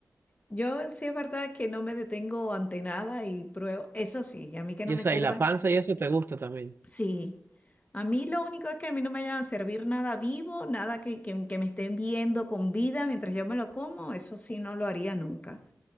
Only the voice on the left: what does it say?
Yo sí es verdad que no me detengo ante nada y pruebo. Eso sí, y a mí que
no me
sirvan.
Sí, a mí lo único es que a mí no me vayan a servir nada vivo, nada que, que- que me estén viendo con vida mientras yo me lo como, eso sí no lo haría nunca.